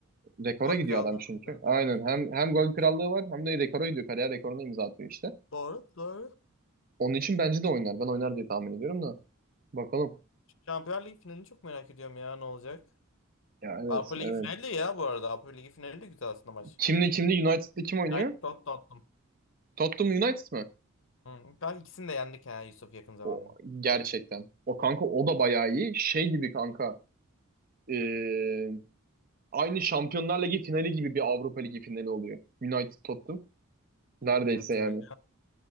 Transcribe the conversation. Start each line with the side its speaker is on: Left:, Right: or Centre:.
Right: rekora
Left: Gol
Right: gidiyor
Left: krallığının
Right: adam çünkü.
Left: biraz
Right: Aynen
Left: daha olsun
Right: hem
Left: diye.
Right: hem gol
Left: bekliyorum.
Right: krallığı var hem de rekora gidiyor. Kariyer rekorunu imza atıyor işte.
Left: Doğru, doğru.
Right: Onun için bence de oynar. Ben oynar diye tahmin ediyorum da. Bakalım.
Left: Şampiyonlar Ligi finalini çok merak ediyorum ya ne olacak.
Right: Ya evet
Left: Avrupa Ligi
Right: evet.
Left: finali de ya bu arada. Avrupa Ligi finali de güzel aslında maç.
Right: Kimle kimle United'da kim oynuyor?
Left: United Tot- Tottenham.
Right: Tottenham United mı?
Left: Hı. Galiba ikisini de yendik ha Yusuf yakın zamanda.
Right: O gerçekten. O kanka o da bayağı iyi. Şey gibi kanka. ee, aynı Şampiyonlar Ligi finali gibi bir Avrupa Ligi finali oluyor. United Tottenham. Neredeyse
Left: Ya tabii.
Right: yani.